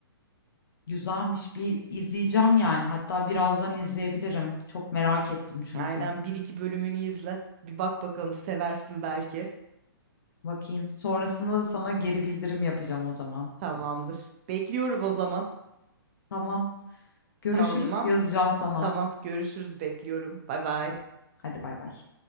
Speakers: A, on the left; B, on the right.
A: Güzelmiş. Bir izleyeceğim yani. Hatta birazdan izleyebilirim. Çok merak ettim çünkü.
B: Aynen bir iki bölümünü izle. Bir bak bakalım seversin belki.
A: Bakayım. Sonrasında da sana geri bildirim yapacağım o zaman.
B: Tamamdır. Bekliyorum o zaman.
A: Tamam. Görüşürüz.
B: Tamam.
A: Yazacağım sana.
B: Tamam. Görüşürüz. Bekliyorum. Bay bay.
A: Tamam. Hadi bay bay.